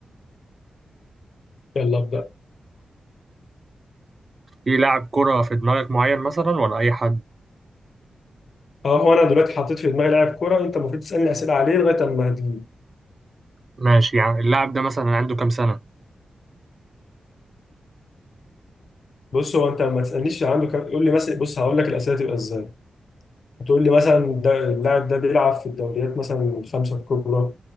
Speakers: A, on the left (about 65°); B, on the right (about 40°).
A: يلا ابدأ
B: في لاعب كرة في دماغك معين مثلا ولا أي حد
A: اه هو انا دلوقتي حطيت في دماغي لاعب كورة انت المفروض تسألني أسئلة عليه لغاية اما هتجيبه
B: ماشي يعني اللاعب ده مثلا عنده كام سنة
A: بص هو انت ما تسألنيش عنده كم قول لي مثلا بص هقول لك الأسئلة تبقى ازاي هتقول لي مثلا ده اللاعب ده بيلعب في الدوريات مثلا الخمسة الكبرى